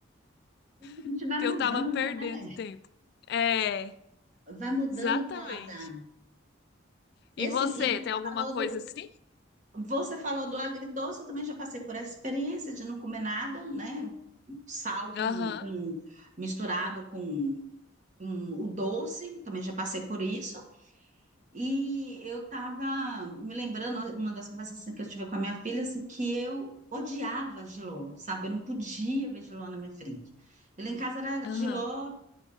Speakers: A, on the right; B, on the left.
A: A
B: <laughs>
A: gente vai mudando,
B: que eu tava perdendo
A: né?
B: tempo. É,
A: Vai mudando
B: exatamente.
A: o paladar.
B: E
A: E assim,
B: você,
A: e você
B: tem alguma
A: falou
B: coisa
A: do,
B: assim?
A: você falou do agridoce, eu também já passei por essa experiência de não comer nada, né? Sal
B: Aham,
A: com, com- misturado com, com o doce, também já passei por isso. E eu estava me lembrando, uma das conversas assim, que eu tive com a minha filha, assim, que eu odiava Giló, sabe? Eu não podia ver Giló na minha frente. E lá em casa era
B: aham,
A: Giló